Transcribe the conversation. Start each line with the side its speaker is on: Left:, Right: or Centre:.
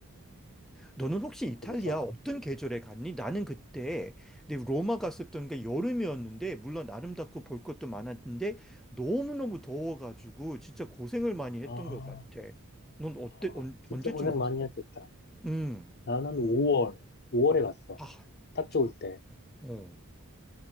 Centre: 너는 혹시 이탈리아
Left: 그래서
Centre: 어떤 계절에 갔니? 나는 그때 내 로마 갔었던 게 여름이었는데 물론 아름답고 볼 것도 많았는데 너무너무 더워가지고 진짜 고생을 많이 했던
Left: 아,
Centre: 것 같아. 넌 어때?
Left: 아,
Centre: 언,
Left: 진짜
Centre: 언제쯤
Left: 고생
Centre: 갔어?
Left: 많이 했겠다.
Centre: 음.
Left: 나는 5월, 5월에 갔어.
Centre: 아,
Left: 딱
Centre: 좀,
Left: 좋을 때.
Centre: 어.